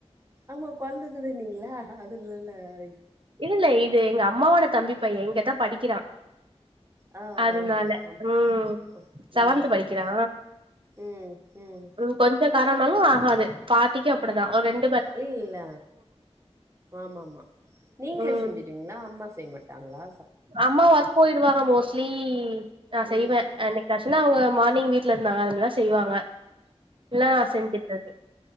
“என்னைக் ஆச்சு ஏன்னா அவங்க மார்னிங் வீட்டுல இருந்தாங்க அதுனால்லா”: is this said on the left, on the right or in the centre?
Right